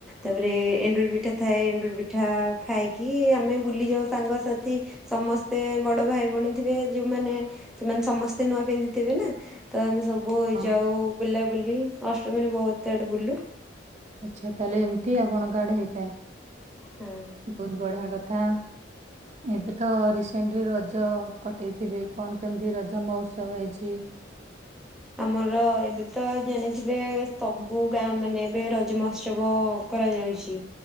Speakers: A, in the centre; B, on the right.
A: ତାପରେ ଏଣ୍ଡୁରି ପିଠା ଥାଏ ଏଣ୍ଡୁରି ପି ପିଠା ଖାଇକି ଆମେ ବୁଲି ଯାଉ ସାଙ୍ଗସାଥି ସମସ୍ତେ ବଡ଼ ଭାଇ ଭଉଣୀ ଥିବେ ଯେଉ ମାନେ ସେମାନେ ସମସ୍ତେ ନୂଆ ପିନ୍ଧିଥିବେ ନା ତ ଆମେ ସବ ଓ
B: ହଁ
A: ଯାଉ ବୁଲା ବୁଲି ଅଷ୍ଟମୀରେ ବହୁତ୍ ଆଡ଼େ ବୁଲୁ।
B: ଆଚ୍ଛା ତାହାଲେ ଏମିତି ଆପଣଙ୍କ ଆଡ଼େ ହେଇଥାଏ
A: ହୁଁ
B: ବହୁତ୍ ବଢ଼ିଆ କ ଥା ଏବେ ତ ରିସେଣ୍ଟରେ ରଜ କଟେଇ ଥିବେ କଣ କେମିତି ରଜ ମହୋତ୍ସବ ହେଇଛି?
A: ହଁ <inaudible> ଆମର ଏବେ ତ ଜାଣିଥିବେ ସବୁ ଗାଁ ମାନେ ଏବେ ରଜ ମହୋତ୍ସବ କରା କରା ଯାଉଛି